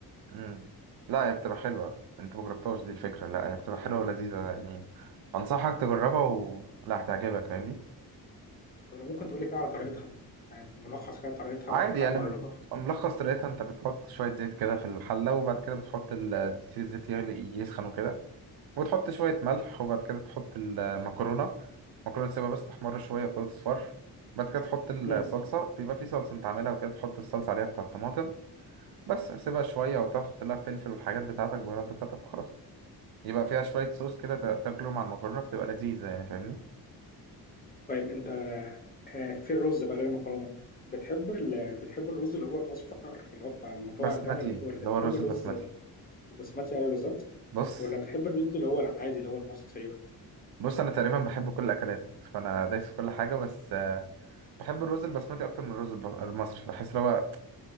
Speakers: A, on the right; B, on the left.
A: مم. لا هي بتبقى حلوة انت مجربتهاش دي الفكرة لا هي بتبقى حلوة ولذيذة يعني انصحك تجربها ولا هتعجبك فاهمني
B: طب لو ممكن تقول لي كده على طريقتها يعني ملخص كده طريقتها
A: عادي
B: بقى ممكن
A: يعني
B: ابقى
A: م-
B: اجربها
A: ملخص طريقتها انت بتحط شوية زيت كده في الحلة وبعد كده بتحط ال- تسيب الزيت يغلي يسخن وكده وتحط شوية ملح وبعد كده تحط المكرونة المكرونة تسيبها بس تحمر شوية كده تصفر بعد كده تحط الصلصة
B: مم.
A: بيبقى في صلصة انت عاملها وكده تحط الصلصة عليها بتاع الطماطم بس سيبها شوية وبتاع تحط لها فلفل والحاجات بتاعتك البهارات بتاعتك وخلاص يبقى فيها شوية صوص كده تا- تاكله مع المكرونة بتبقى لذيذة يعني فاهمني
B: طيب انت آه، في الرز بقى غير المكرونه بتحب ال... بتحب الرز اللي هو الاصفر اللي هو بتاع المطاعم
A: بسمتي
B: ده ولا ولا
A: اللي
B: بتحب
A: هو الرز
B: الرز
A: البسمتي
B: البسمتي أوي بالظبط
A: بص
B: ولا بتحب الرز اللي هو العادي اللي هو المصري يعني؟
A: بص أنا تقريبا بحب كل الأكلات فأنا دايس في كل حاجة بس آه، بحب الرز البسمتي أكتر من الرز الب- المصري بحس لو هو-